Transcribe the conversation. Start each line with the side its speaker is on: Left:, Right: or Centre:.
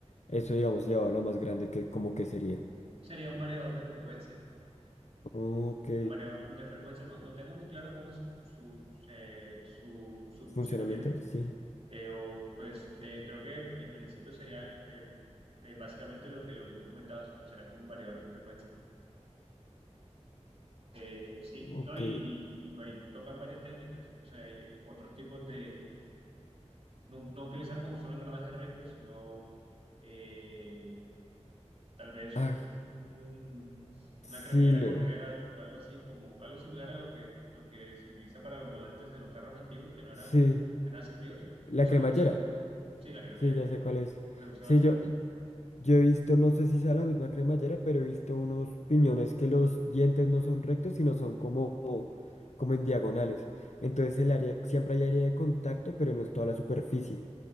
Left: Eso, digamos, llevado a lo más grande que como que sería.
Right: Sería un variador de frecuencia.
Left: Ok.
Right: Un variador de frecuencia. No, no tengo muy claro cómo es su, su, eh, su, su
Left: ¿Funcionamiento?
Right: funcionamiento.
Left: Sí.
Right: Eh, o, pues eh, creo que en principio sería eh, eh, básicamente lo que, lo que tú comentabas. Será como un variador de frecuencia. Eh, sí, no,
Left: Ok.
Right: y, y, y va- y tocan varias técnicas, o sea, hay otros tipos de, no, no utilizar como solo engranaje recto, sino eh, tal vez
Left: Ah,
Right: un, un-
Left: sí,
Right: una cremallera
Left: le-
Right: corredera, algo así, como algo similar a lo que, lo que se utiliza para los volantes de los carros antiguos que no eran,
Left: sí.
Right: eran asistidos,
Left: La
Right: se
Left: cremallera.
Right: reduce mucho. Sí, la cremallera,
Left: Sí, ya sé cuál es.
Right: reduce
Left: Sí,
Right: bastante.
Left: yo, Yo he visto, no sé si sea la misma cremallera, pero he visto unos piñones que los dientes no son rectos, sino son como, como en diagonales. Entonces el área, siempre hay área de contacto, pero no es toda la superficie.